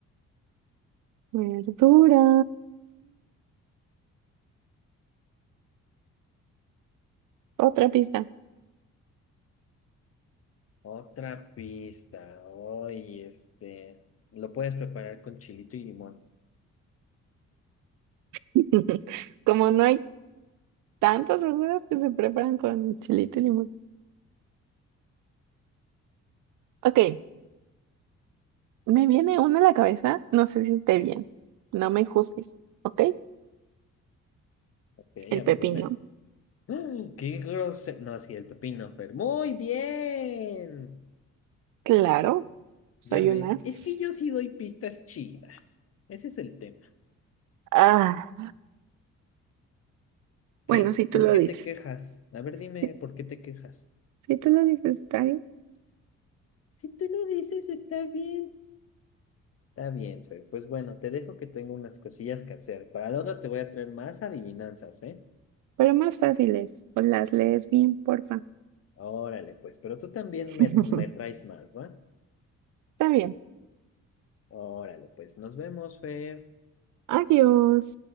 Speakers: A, on the right (about 80°); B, on the left (about 50°).
A: Verdura. Otra pista.
B: Otra pista. Hoy, este, lo puedes preparar con chilito y limón.
A: <laughs> Como no hay tantas verduras que se preparan con chilito y limón. Ok, me viene una a la cabeza, no sé si esté bien. No me juzgues, ¿ok?
B: Ok,
A: El
B: a
A: pepino.
B: ver, dime. ¡Ah! ¡Qué grosero! No, sí, el pepino, Fer. Muy bien.
A: Claro, soy
B: Ya ves,
A: una. as.
B: es que yo sí doy pistas chidas. Ese es el tema.
A: Ah,
B: ¿Qué?
A: bueno, si tú
B: ¿Por
A: lo
B: qué
A: dices.
B: te quejas? A ver, dime,
A: Si,
B: ¿por qué te quejas?
A: si tú lo dices, está bien.
B: Si tú lo dices, está bien. Está bien, Fer. Pues bueno, te dejo que tengo unas cosillas que hacer. Para la otra te voy a traer más adivinanzas, ¿eh?
A: Pero más fácil es, o las lees bien, porfa.
B: Órale, pues, pero tú también
A: <laughs>
B: me, me traes más, ¿va?
A: Está bien.
B: Órale, pues nos vemos, Fer.
A: Adiós.